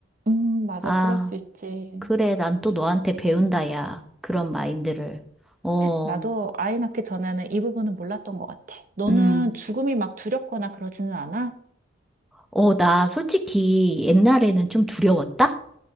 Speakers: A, on the right; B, in the centre.
A: 음, 맞아.
B: 아,
A: 그럴 수 있지.
B: 그래. 난 또 너한테 배운다, 야. 그런 마인드를. 어,
A: 나도 아이 낳기 전에는 이 부분은 몰랐던 것 같아. 너는
B: 음.
A: 죽음이 막 두렵거나 그러지는 않아?
B: 어, 나 솔직히 옛날에는 좀 두려웠다?